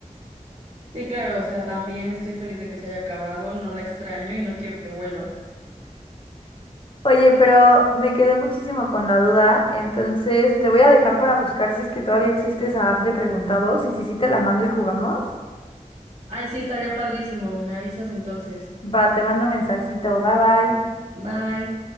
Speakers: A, on the right (about 60°); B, on the left (about 40°).
A: Sí, claro, o sea, también estoy feliz de que se haya acabado, no la extraño y no quiero que vuelva.
B: Oye, pero me quedé muchísimo con la duda, entonces te voy a dejar para buscar si es que todavía existe esa app de preguntados y si sí te la mando y jugamos.
A: Ay, sí, estaría padrísimo, me avisas entonces.
B: Va, te mando mensajito, bye bye.
A: Bye.